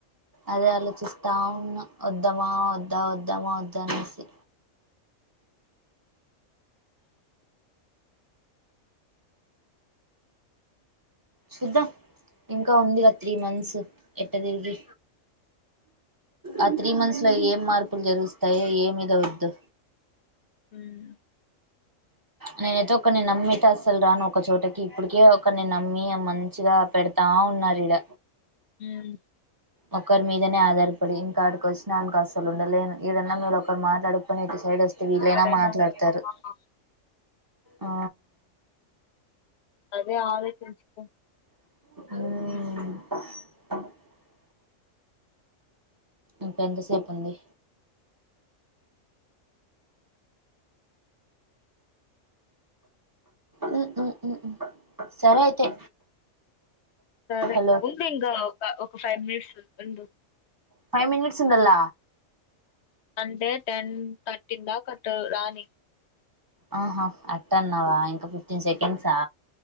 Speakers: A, on the right; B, on the left.
A: అదే ఆలోచిస్తా ఉన్న వద్దామా వద్దా వద్దామా వద్దా అనేసి చూద్దాం ఇంకా ఉంది ఆ త్రీ మంత్స్ ఎట్ట తిరిగి ఆ త్రీ మంత్స్ లో ఏం మార్పులు జరుగుస్తాయో ఏమిద వద్దు
B: మ్మ్
A: నేనైతే ఒక్కడిని నమ్మి ఐతే అస్సలు రాను ఒకచోటకి ఇప్పటికే ఒకడిని నమ్మి మంచిగా పెడతా ఉన్నారు ఇడ
B: మ్మ్
A: ఒకరి మీదనే ఆధారపడి ఇంకాడికి వచ్చినాక అసలు ఉండలేను ఈడన్నా మీరు ఒకరు మాట్లాడకపోయిన సైడ్ వస్తే వీళ్ళైనా
B: ఎవరైనా
A: మాట్లాడుతారు
B: ఉంటారు ఆ,
A: ఆ
B: అదే ఆలోచించుకో
A: మ్మ్ ఇంకా ఎంతసేపు ఉంది మ్మ్ సరే అయితే
B: సరే
A: హలో
B: ఉండు ఇంకా ఒక ఫైవ్ మినిట్స్ ఉండు
A: ఫైవ్ మినిట్స్ ఉండాల
B: అంటే టెన్ థర్టీ దాక అటు రాని
A: ఆహా అట్టన్నావా ఇంకా ఫిఫ్టీన్ సెకండ్సా